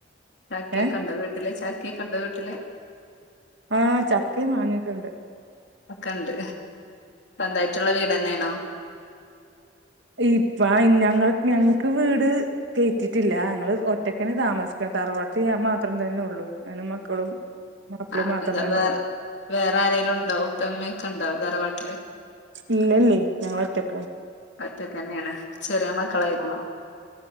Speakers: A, on the left; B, on the right.
A: ചാക്കിയെ
B: ഏ
A: കണ്ട വീട്ടില്െ ചാക്കിയെ കണ്ട വീട്ടില്െ
B: ആഹ ചക്കയും വാങ്ങിട്ടുണ്ട്
A: ഒക്കെ ഇണ്ട് എന്തായിട്ടുള്ള വീട്ന്നെയ ആണോ
B: ഇപ്പ ഞങ്ങ ഞ ക്ക് വീട് കയറ്റിട്ടില്ല ഞങ്ങള്ൾ ഒറ്റക്കന് താമസിക്ക തറവാട്ടഞാൻ മാത്രം തന്നെ ഉള്ളൂ പെ മക്കളും മാപ്പിളയും
A: ആഹ
B: മാത്രം
A: എന്താ
B: തന്നെ
A: വേറെ
B: ഉള്ളു
A: വേറെ ആരങ്കലും ഉണ്ടാവും ഉപ്പമ്മയൊക്കെ ഉണ്ടാവും തറവാട്ട
B: ഇല്ല ഇല്ല ഞങ്ങ വത്തക്ക
A: ഒറ്റ തന്നെയാണ് ചെറിയ മക്കളായിരുന്നോ